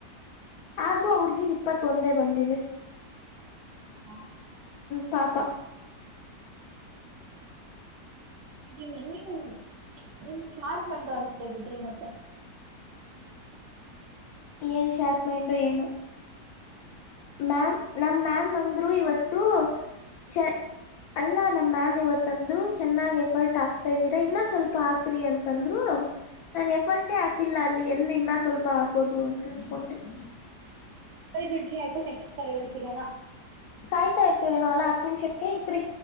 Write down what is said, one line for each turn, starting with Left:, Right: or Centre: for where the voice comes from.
Left: ಆದ್ರೂ ಅವಡ್ಗೀ್ ಇಪ್ಪತ್ತೊಂದೇ ಬಂದಿದೆ
Right: ಹಾ
Left: ಪಪ
Right: ನಿ ನೀವು ನಿಮ್ ಸ್ಮಾರಕ್ ಮಂಡ ಅನ್ಸತೆ ಬಿಡ್ರಿ ಮತ್ತೆ
Left: ಏನ್ ಶಾರ್ಪ್ ಮೈಂಡು ಏನು ಮ್ಯಾಮ್ ನಮಮ್ಮ್ ಮ್ಯಾಮ್ ಅಂದ್ರು ಇವತ್ತು ಚ ಅಲ್ಲ ನಮ್ ಮ್ಯಾಮ್ ಇವತ್ತಂದ್ರು ಚೆನ್ನಾಗ್ ಎಫರ್ಟ್ ಆಕ್ತಾ ಇದಿದೀರಾ ಇನ್ನ ಸ್ವಲ್ಪ ಹಾಕ್ರರಿ ಅಂತಂದ್ರು ನಾನನ್ ಎಫರ್ಟೇ ಹಾಕಿಲ್ಲ ಅ ಎಲ್ಲಿ ಇನ್ನ ಸ್ವಲ್ಪ ಹಾಕೋದು ಅಂತ ಅನ್ಕೊಂಡೆ ಹ್ಮ
Right: ಸರಿ ಬಿಡ್ರಿ ಆಯ್ತು ನೆಕ್ಸ್ಟ್ ಕರೆ ಇ ಸಿಗೋಣ
Left: ಕಾಯ್ತಾ ಇರ್ತೀರನ ಅಲ್ಲಾ ಹತ್ ನಿಮಿಷಕ್ಕೆ ಇಕ್ರಿ